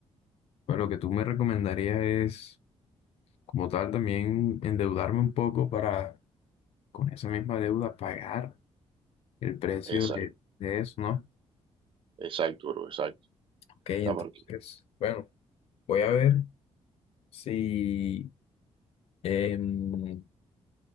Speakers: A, on the left (about 60°); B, on the right (about 50°).
A: pues lo que tú me recomendarías es, como tal, también endeudarme un poco para, con esa misma deuda, pagar el precio
B: esa,
A: de, de eso, ¿no?
B: Exacto, bro, exacto.
A: Ok, entonces,
B: ¿Sabes por qué?
A: bueno, voy a ver si, em,